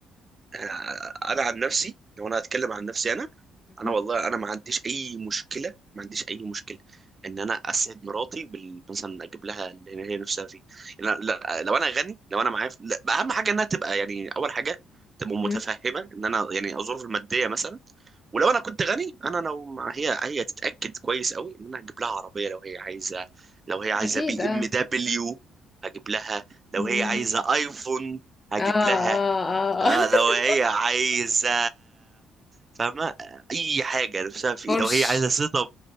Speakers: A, on the right; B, on the left.
A: آه، انا عن نفسي لو انا هتكلم عن نفسي انا
B: مم.
A: انا والله انا ما عنديش اي مشكله ما عنديش اي مشكله ان انا اسعد مراتي بال... مثلا اجيب لها اللي هي نفسها فيه لا, لا لو انا غني لو انا معايا ف- لا بقى اهم حاجه انها تبقى يعني اول حاجه تبقى متفهمه
B: مم.
A: ان انا يعني الظروف الماديه مثلا ولو انا كنت غني انا لو مع- هي هي تتاكد كويس قوي ان انا هجيب لها عربيه لو هي عايزه لو هي عايزه
B: أكيد
A: بي
B: اه
A: ام دبليو هجيب لها لو
B: مم.
A: هي عايزه ايفون هجيب
B: اه اه
A: لها آه
B: اه
A: لو
B: <laughs>
A: هي عايزة فاهمة أي حاجة نفسها في
B: بورش
A: لو هي عايزة سيت أب